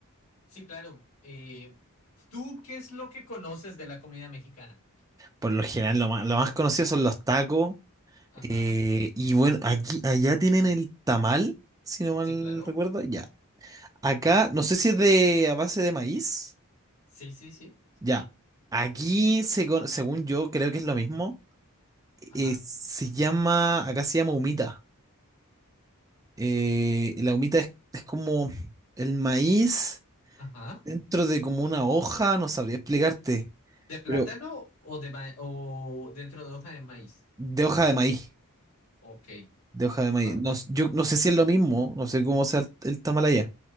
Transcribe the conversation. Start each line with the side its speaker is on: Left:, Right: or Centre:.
Left: sí, claro. eh, ¿Tú qué es lo que conoces de la comida mexicana?
Right: Por lo general, lo más, lo más conocido son los tacos.
Left: Ajá.
Right: eh, y bueno, aquí, allá tienen el tamal, si no mal
Left: Sí, claro.
Right: recuerdo. Ya. Acá, no sé si es de a base de maíz.
Left: Sí, sí, sí.
Right: Ya. Aquí, se con- según yo, creo que es lo mismo.
Left: Ajá.
Right: eh, se llama, acá se llama humita. Eh, y la humita es, es como el maíz
Left: Ajá.
Right: dentro de como una hoja, no sabría explicarte,
Left: ¿De plátano
Right: pero
Left: o de ma- o dentro de hoja de maíz?
Right: de hoja de maíz,
Left: Ok,
Right: de hoja de maíz.
Left: va.
Right: No, s- yo no sé si es lo mismo, no sé cómo sea el, el tamal allá.